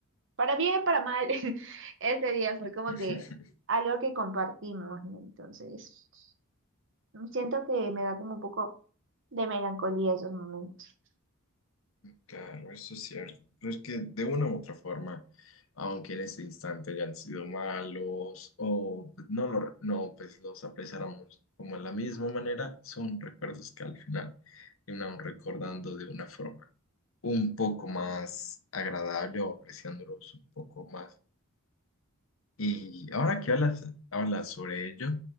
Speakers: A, on the right (about 60°); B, on the left (about 65°).
A: para bien, para mal, <laughs> ese día fue como
B: <laughs>
A: que algo que compartimos, ¿no? Entonces, siento que me da como un poco de melancolía esos momentos.
B: Claro, eso es cierto. Pero es que de una u otra forma, aunque en ese instante hayan sido malos o pues, no, lo- no pues los apreciáramos como de la misma manera, son recuerdos que al final terminamos recordando de una forma un poco más agradable o apreciándolos un poco más. Y ahora que hablas, hablas sobre ello,